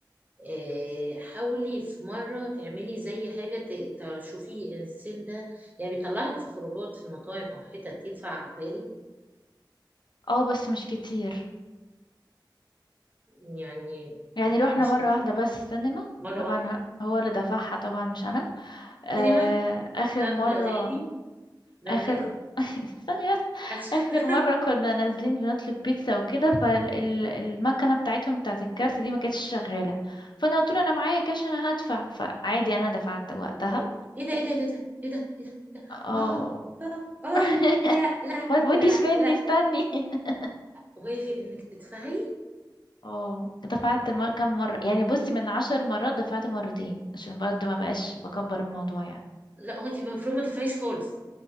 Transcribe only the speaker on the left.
اه بس مش كتير
يعني
روحنا
مرة
واحدة بس السينما
طبعا
ه- هو اللي دفعها طبعا مش انا آه
اخر
مرة
اخر
<laughs> ثانية بس
اخر مرة كنا نازلين بنطلب بيتزا وكده فالمكنة بتاعتهم بتاعت الكارت دي ما كانتش شغالة فانا قلت له انا معايا كاش انا هدفع فعادي انا دفعت وقتها
اه
<laughs>
ما تموتيش
مني
استني <laughs>
اه دفعت مر... كم مرة يعني بصي من عشر مرات دفعت مرتين عشان برضه ما بقاش بكبر الموضوع يعني